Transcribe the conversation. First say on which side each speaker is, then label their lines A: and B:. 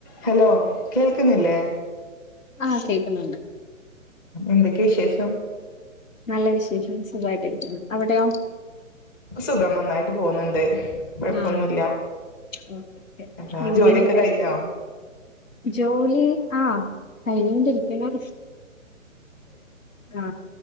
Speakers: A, on the left; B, on the left.
A: Hello കേൾക്ക്ന്നില്ലേ
B: ആ കേക്കുന്നൊണ്ട്
A: എന്തൊക്കെ വിശേഷം
B: നല്ല വിശേഷം സുഖായിട്ടിരിക്കുന്നു അവിടെയോ
A: സുഖം നന്നായിട്ട് പോകുന്നുണ്ട് കുഴപ്പൊന്നുല്ല
B: ആ ആ
A: ആ
B: എങ്ങനെയുണ്ട്
A: ജോലിയൊക്കെ കഴിഞ്ഞോ
B: ജോലി ആ കഴിഞ്ഞുകൊണ്ടിരിക്കുണു ആ